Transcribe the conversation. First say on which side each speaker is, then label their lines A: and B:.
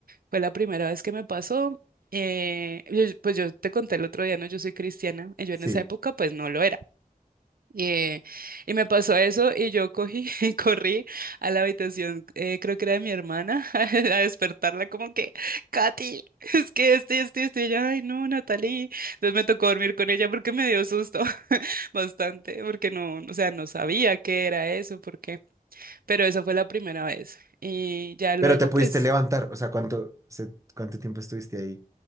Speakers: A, on the right (about 80°); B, on the right (about 20°).
A: Fue la primera vez que me pasó. eh, yo- pues yo te conté el otro día, ¿no? Yo soy cristiana. y Yo
B: Sí.
A: en esa época, pues no lo era. Y, eh, y me pasó eso y yo cogí, <laughs> y corrí a la habitación, eh, creo que era de mi hermana, <laughs> a despertarla como que, Katy, <laughs> es que este, este, este, y ella, ay no, Natalie. Entonces me tocó dormir con ella porque me dio susto <laughs> bastante, porque no, o sea, no sabía qué era eso, porque, pero esa fue la primera vez. Y ya luego,
B: Pero te pudiste
A: pues...
B: levantar, o sea, ¿cuánto, se- cuánto tiempo estuviste ahí?